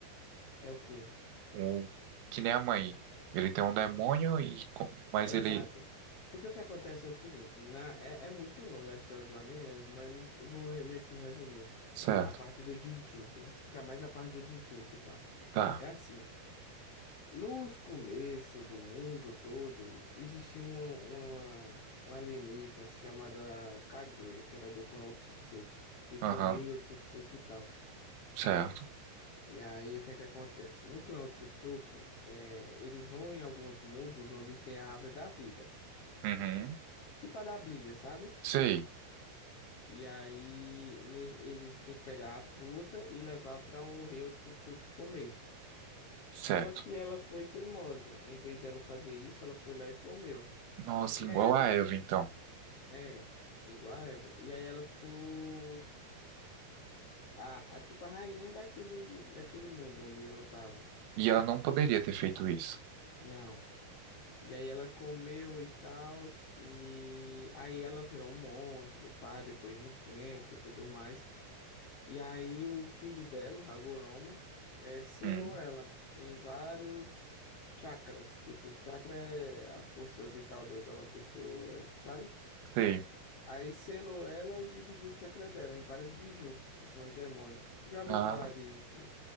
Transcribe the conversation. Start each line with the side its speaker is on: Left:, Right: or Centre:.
Left: É o quê?
Right: O, que nem a mãe. Ele tem um demônio e co- mas
Left: Exato.
Right: ele
Left: Porque o que acontece é o seguinte, na, é, é muito longa a história do anime, mas eu vou re- meio que resumir
Right: certo.
Left: a parte do Jinchuriki. Eu vou explicar mais a parte do Jinchuriki e tal.
Right: Tá.
Left: É assim, nos começos do mundo todo, existia uma, uma, uma alienígena chamada Kaguya, que era do clã Otsutsuki, que tinha
Right: Aham.
Left: o rei Otsutsuki e tal.
Right: Certo.
Left: E aí, o que é que acontece? No clã Otsutsuki, é, eles vão em alguns mundos onde tem a árvore da vida.
Right: Uhum.
Left: Tipo a da Bíblia, sabe?
Right: Sei.
Left: E aí ne- eles têm que pegar a fruta e levar para o rei Otsutsuki comer.
Right: Certo.
Left: Só que ela foi teimosa. Em vez dela fazer isso, ela foi lá e comeu.
Right: Nossa,
Left: E
Right: igual
Left: aí ela
Right: a Eva então.
Left: é igual a Eva. E aí ela ficou a, a tipo a rainha daquele daquele mundo onde ela tava.
Right: E ela não poderia ter feito isso.
Left: Não. E aí ela comeu e tal, e aí ela virou um monstro, pá, depois de um tempo, tudo mais. E aí o filho dela, o Hagoromo, eh, selou
Right: Hum.
Left: ela em vários chakras. Tipo, chakra é a força vital do- da uma pessoa, sabe?
Right: Sei.
Left: Aí selou ela e dividiu o chakra dela em várias biju, que são os demônios. Já ouviu
Right: Ah,
Left: falar de, de,